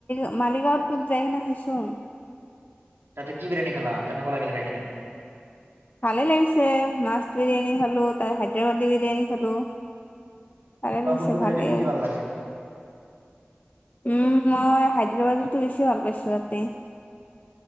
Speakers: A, on the left (about 40°); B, on the right (about 75°).
A: মালিগাঁৱত <unintelligible>
B: তাতে কি বিৰিয়ানী খালা? কেনেুৱা লাগিল খাই কিনে?
A: ভালে লাগিছে, মাষ্ট বিৰিয়ানী খালো, তাৰ হাইদৰাবাদী বিৰিয়ানী খালো। <inaudible>
B: তোমাৰ কোনটো বিৰিয়ানী বেছি ভাল লাগে
A: উম মই হাইদৰাবাদীটো বেছি ভাল পাইছো তাতে!